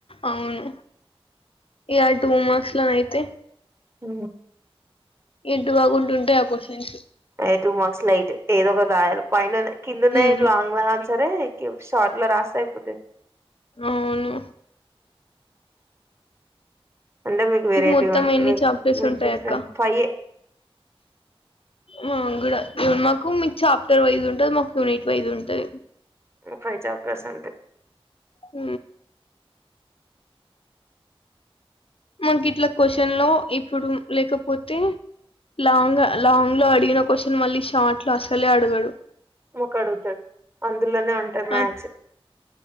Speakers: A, on the left (about 70°); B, on the right (about 25°).
A: అవును ఇ ఆ టూ మార్క్స్ లోనే అయితే
B: అ
A: ఎడ్డు బాగుంటుంటే ఆ కోెంస్
B: అయి టూ మార్క్స్ లైట్ ఏదొ ఒక గయాల పైన కిందన్నాయి
A: మ్మ్
B: లాంగ్ల అన్ సరే షార్ట్ లో రాస్తా అయిపోతే
A: అవును
B: అంటే మీకు వెరైటీ
A: మొత్తం ఎన్ని
B: మీ
A: చాప్టర్స్
B: మీకు
A: ఉంటాయి
B: డిఫరెంట్
A: అక్క
B: ఫైవ
A: మాంగడు ఇవ మాకు మీకు చాప్టర్ వైజ్ ఉంది ఉ నిట్ వైజ ఉంటుంది
B: ఫై చా ప్రశంత
A: హ మాకు ఇట్లా క్వశ్చన్ లో ఇప్పుడు లేకపోతే లాంగ్ లాంగ్ లో అడిగిన క్వశ్చన్ మళ్ళీ షార్ట్ లో అసలే అడగడు
B: మాకు అడుగుతాడు అందులోనే ఉంటారు మ్యాక్సి
A: ఆ